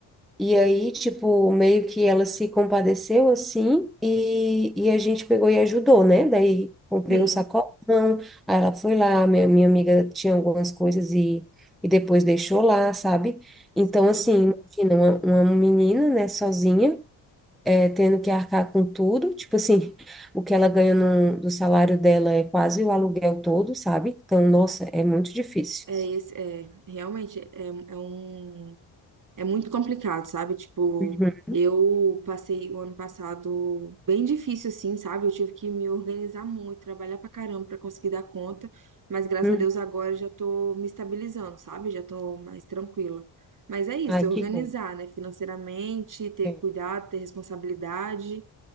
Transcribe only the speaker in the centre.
e aí, tipo, meio que ela se compadeceu assim e, e a gente pegou e ajudou, né? Daí comprei
um sacolão, aí ela foi lá, minha, minha amiga tinha algumas coisas e, e depois deixou lá, sabe? Então,
assim, imagina, uma, uma menina, né, sozinha é, tendo que arcar com tudo, tipo assim, o que ela ganha no, do salário dela é quase o aluguel todo, sabe? Então, nossa, é muito difícil.
Uhum.
Uhum.
Ai,
que bom.
É,